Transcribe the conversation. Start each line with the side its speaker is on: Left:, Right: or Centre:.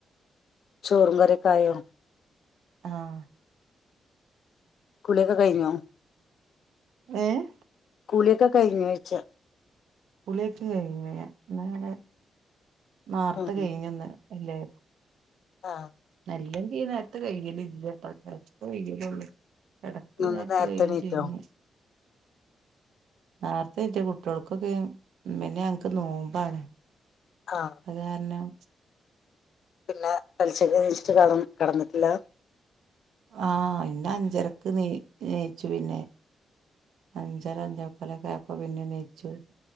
Left: ചോറും കറിക്കെ ആയോ
Right: ആഹ
Left: കുളിയൊക്കെ കഴിഞ്ഞോ
Right: ഏഹ്
Left: കൂളിയൊക്കെ കഴിഞ്ഞാഴിച്ചെ
Right: പുളിക്കെഴിഞ്ഞ നാളെ നാർത്ത്
Left: ഉം
Right: കഴിഞ്ഞന്ന് അല്ലേ
Left: ആ
Right: ഇല്ലെങ്കി ഈ നേര്ത് കയ്യലില്യ പതക്കെ കയ്യലൊള്ളൂ ഇടക്ക്
Left: ഇന്നൊന്ന്
Right: ഇ നേര്തെ
Left: നേരത്തെ
Right: കൈയും
Left: എണീറ്റോ
Right: ചെയ്യു നേര്ത്തെ ഈറ്റെ കുട്ടിൾക്കൊക്കെ മിന്നെ ഞങ് ക്ക് നോമ്പാണ്
Left: ആ
Right: അതാര്ണം
Left: പിന്നെ പെൽചക് നീച്ചിട്ട് കെടം കെടന്നിട്ടില്ല
Right: ആ ഇന്ന അഞ്ചരക്ക് നീ നീച്ചു പിന്നെ അഞ്ചര അഞ്ചേഉക്കാലൊക്കെ ആയപ്പൊ പിന്നെ നീച്ചു